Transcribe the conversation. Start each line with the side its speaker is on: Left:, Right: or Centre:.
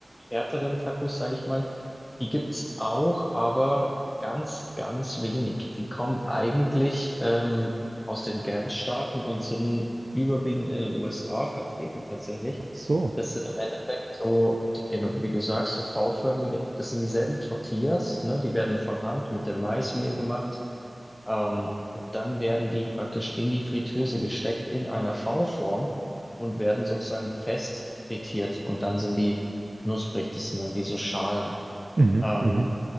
Left: härteren Tacos, sage ich mal, die gibt's auch, aber ganz, ganz wenig. Die kommen eigentlich ähm, aus den Grenzstaaten und sind überwiegend in den USA vertreten tatsächlich.
Right: Ach so.
Left: Das sind im Endeffekt so, die, genau wie du sagst, so V-förmige, das sind dieselben Tortillas, ne? Die werden von Hand mit dem Maismehl gemacht. Ähm, und dann werden die praktisch in die Fritteuse gesteckt in einer V-Form und werden sozusagen fest frittiert. Und dann sind die knusprig, das sind dann wie so Schalen.
Right: Mhm,
Left: Ähm,
Right: mhm.